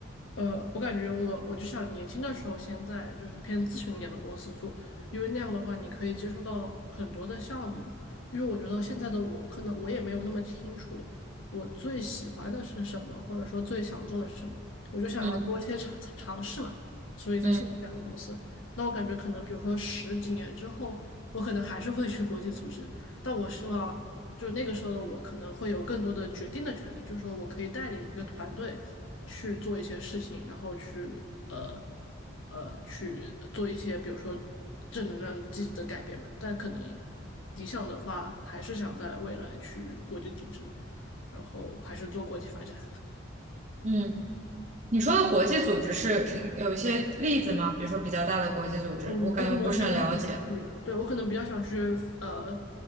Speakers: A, on the left (about 80°); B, on the right (about 35°).
A: 呃，我感觉我我就想年轻的时候先在就是偏咨询一点的公司做，因为那样的话你可以接触到很多的项目。因为我觉得现在的我，可能我也没有那么清楚我最喜欢的是什么，或者说最想做的是什么，我就想要多一些尝尝试嘛。
B: 嗯
A: 所以在现在这样的公司，
B: 嗯
A: 那我感觉可能比如说十几年之后，我可能还是会去国际组织，但我希望就是那个时候的我可能会有更多的决定的权利，就是说我可以带领一个团队去做一些事情，然后去呃呃去做一些比如说正能量积极的改变嘛。但可能理想的话，还是想在未来去国际组织，然后还是做国际发展。
B: 嗯。你说的国际组织是有一些例子吗？比如说比较大的国际组织，
A: 嗯，
B: 我感觉不是很了解，
A: 我可能比较想去，对，我可能比较想去呃